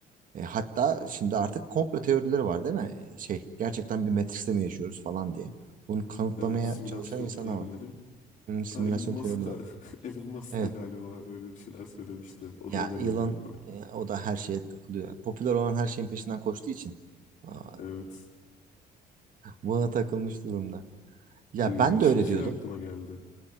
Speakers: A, on the right (about 50°); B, on the left (about 50°).
A: E, hatta şimdi artık komplo teorileri var değil mi? E, Şey gerçekten bir Matrix'te mi yaşıyoruz falan diye. Bunu kanıtlamaya
B: Evet simülasyon
A: çalışan insanlar
B: teorileri.
A: var. Hmm,
B: Hatta
A: Simülasyon
B: Elon Musk
A: teorileri.
B: da <laughs> Elon Musk
A: Evet.
B: da galiba öyle bir şeyler söylemişti. O
A: Ya
B: da inanıyor
A: Elon
B: galiba.
A: e, o da her şeye takılıyor. Popüler olan her şeyin peşinden koştuğu için aa,
B: Evet.
A: buna takılmış durumda. Ya
B: E,
A: ben de
B: şimdi
A: öyle
B: şey
A: diyordum.
B: aklıma geldi.